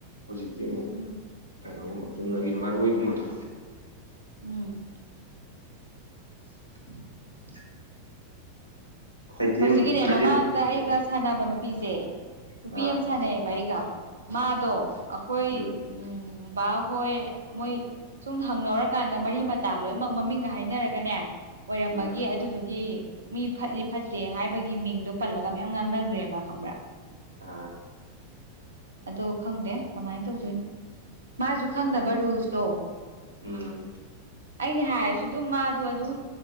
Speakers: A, on the left (about 80°); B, on the right (about 70°).
A: ꯍꯧꯖꯤꯛꯇꯤ ꯑꯃꯨꯛ
B: ꯎꯝ
A: ꯀꯩꯅꯣꯒꯨꯝꯕ ꯆꯨꯝꯅꯒꯤ ꯃꯔꯣꯏꯒꯨꯝꯕꯗꯣ
B: ꯎꯝ
A: <unintelligible> ꯈꯩꯗꯦꯝ
B: ꯍꯧꯖꯤꯛꯀꯤꯅꯦ
A: ꯈꯩꯗꯦꯝ
B: ꯃꯃꯥꯡꯗ ꯑꯩꯒ
A: ꯕꯣꯔꯥ
B: ꯁꯥꯟꯅꯕ ꯅꯨꯄꯤꯖ‌ꯦꯅꯨꯄꯤ
A: ꯑꯥ
B: ꯑꯝ ꯁꯥꯟꯅꯩꯌꯦꯕ ꯑꯩꯒ ꯃꯥꯗꯣ
A: ꯎꯝ
B: ꯑꯩꯈꯣꯏ
A: ꯎꯝ
B: ꯎꯝ ꯕꯥꯍꯣꯏ ꯃꯣꯏ ꯁꯨꯝ ꯍꯪꯅꯧꯔꯀꯥꯟꯗ ꯃꯔꯤ ꯃꯇꯥ ꯂꯣꯏꯃꯛ ꯃꯃꯤꯡꯒ ꯍꯥꯏꯅꯔꯒꯅꯦ ꯑꯣꯏꯔꯝꯕꯒꯤ
A: ꯎꯝ
B: ꯑꯗꯨꯗꯨꯒꯤ ꯃꯤ ꯐꯠꯂꯤ ꯐꯠ ꯇꯦ ꯍꯥꯏꯕꯒꯤ ꯃꯤꯡꯗꯣ ꯄꯜꯂꯒ ꯃꯌꯥꯝ ꯉꯥꯡꯅꯒ꯭ꯔꯦꯕ ꯈꯪꯕ꯭ꯔꯥ
A: ꯑꯥ
B: ꯑꯗꯣ ꯈꯪꯗꯦ ꯀꯃꯥꯏꯟ ꯇꯧꯗꯣꯏꯅꯣ ꯃꯥꯁꯨ ꯈꯪꯗꯕ
A: ꯑꯇꯥ
B: ꯔꯨꯜꯁꯇꯣ
A: ꯎꯝ
B: ꯑꯩꯅ ꯍꯥꯏꯔꯁꯨ ꯑꯗꯨꯝ ꯃꯥꯗꯣ ꯑꯗꯨꯝ